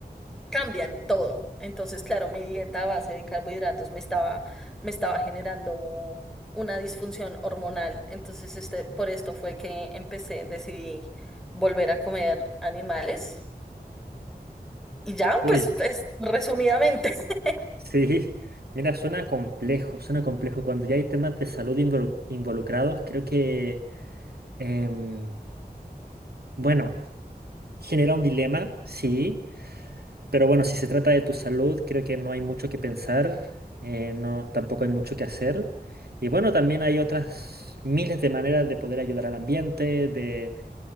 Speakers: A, in the centre; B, on the right (about 70°).
A: cambian todo. Entonces, claro, mi dieta a base de carbohidratos me estaba, me estaba generando una disfunción hormonal. Entonces, este, por esto fue que empecé, decidí volver a comer animales. Y ya,
B: uy,
A: pues, pues, resumidamente. <laughs>
B: sí. Mira, suena complejo, suena complejo. Cuando ya hay temas de salud involu- involucrados, creo que, em, bueno, genera un dilema, sí Pero bueno, si se trata de tu salud, creo que no hay mucho que pensar, eh, no, tampoco hay mucho que hacer. Y bueno, también hay otras miles de maneras de poder ayudar al ambiente, de